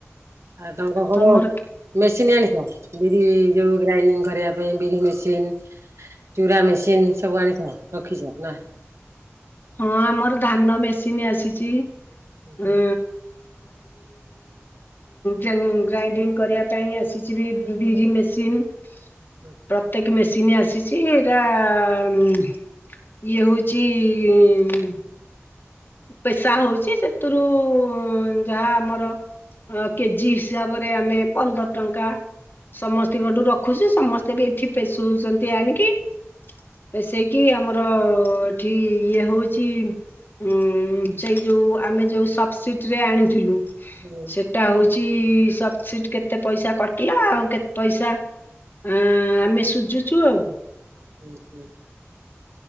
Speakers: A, on the right; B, on the left.
A: ଆ <unintelligible>
B: ତମର
A: ମେସିନ୍ ଆଣିଛ ବିରି ଯୋଉ ଗ୍ରାଇଣ୍ଡିଙ୍ଗ କରିବା ପାଇଁ ବିରି ମେସିନ୍? ଚୁରା ମେସିନ୍ ସବୁ ଆଣିଥା ରଖିଛଅ ନା?
B: ହଁ ଆମର ଧାନ ମେସିନ୍ ଆସିଛି
A: ହୁଁ ହୁଁ
B: ଉ ଯଉ ଗ୍ରାଇଣ୍ଡିଙ୍ଗ କରିବା ପାଇଁ ଆସିଛିି ବିରି ମେସିନ।
A: ହ
B: ପ୍ରତ୍ୟେକ ମେସିନ୍ ଆସିଛି ଏଇଟା ଇଏ ହେଉଛି ଉମ୍ ପେସା ହଉଛି ସେଥିରୁ ଯାହା ଆମର ଅ କେଜି ହିସାବରେ ଆମେ ପନ୍ଦର ଟଙ୍କା। ସମସ୍ତଙ୍କଠୁ ରଖୁଛି ସମସ୍ତେ ବି ଏଠି ପେଶୁଛନ୍ତି ଆଣିକି। ବସେଇକି ଆମର ଏଠି ଇଏ ହଉଛି ଉ ସେଇ ଯୋଉ ଆମେ ଯୋଉ ସବସିଟିରେ ଆଣିଥିଲୁ।
A: ହୁଁ
B: ଟା ହଉଛି ସବସିଡି କେତେ ପଇସା କଟିଲା ଆଉ କେତେ ପଇସା ଆଁ ଆମେ ସୁଝୁଛୁ ଆଉ।
A: ହୁଁ ହୁଁ